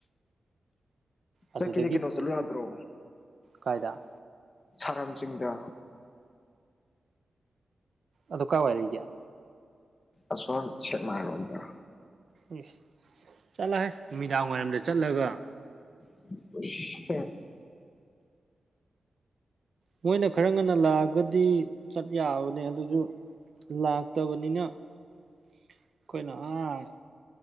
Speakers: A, on the right; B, on the left.
A: ꯑꯗꯨꯗꯒꯤ
B: ꯆꯠꯈꯤꯗꯤ ꯀꯩꯅꯣ ꯆꯠꯂꯨ ꯌꯥꯗ꯭ꯔꯣ
A: ꯀꯥꯏꯗ
B: ꯁꯥꯔꯝꯁꯤꯡꯤꯡꯗ
A: ꯑꯗꯨ ꯀꯥꯏꯋꯥꯏꯗ ꯂꯩ ꯀꯌꯥ
B: ꯑꯁꯣꯟ ꯁꯠꯅ ꯍꯥꯏꯔꯣꯝꯗ
A: ꯎꯝ ꯆꯠꯂꯍꯦ ꯅꯨꯃꯤꯗꯥꯡ ꯋꯥꯏꯔꯝꯗ ꯆꯠꯂꯒ
B: <unintelligible>
A: ꯃꯣꯏꯅ ꯈꯔ ꯉꯟꯅ ꯂꯥꯛꯑꯒꯗꯤ ꯆꯠ ꯌꯥꯕꯅꯦ ꯑꯗꯨꯁꯨ ꯂꯥꯛꯇꯕꯅꯤꯅ ꯑꯩꯈꯣꯏꯅ ꯑꯥ